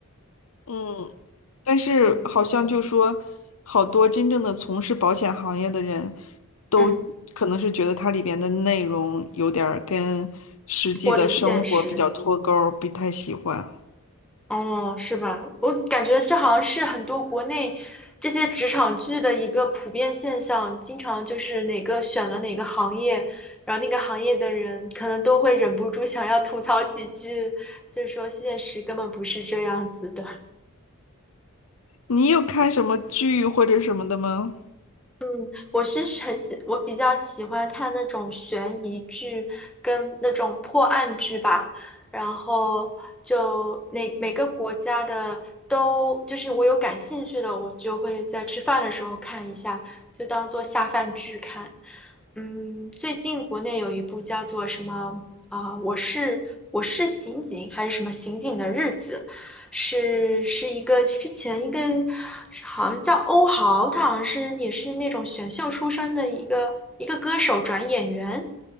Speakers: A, on the left; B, in the centre.
A: <laughs> 嗯。但是好像就说，
B: 嗯，
A: 好多真正的从事保险行业的人都可能是觉得它里边的内容有点儿跟实际的生活比较脱钩儿，
B: 嗯，脱离现实。
A: 不太喜欢。
B: 哦，是吧？我感觉这好像是很多国内这些职场剧的一个普遍现象，经常就是哪个选了哪个行业，然后那个行业的人可能都会忍不住想要吐槽几句，就是说现实根本不是这样子的。
A: 你有看什么剧或者什么的吗？
B: 嗯，我是很喜，我比较喜欢看那种悬疑剧跟那种破案剧吧。然后就那每个国家的都，就是我有感兴趣的，我就会在吃饭的时候看一下，就当做下饭剧看。嗯，最近国内有一部叫做什么啊、我是我是刑警还是什么刑警的日子。是是一个之前一个好像叫欧豪，他好像是也是那种选秀出身的一个一个歌手转演员。